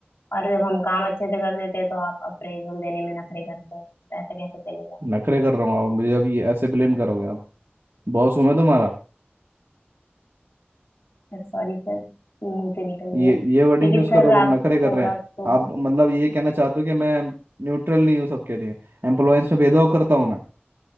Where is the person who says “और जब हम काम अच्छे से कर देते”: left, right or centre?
Left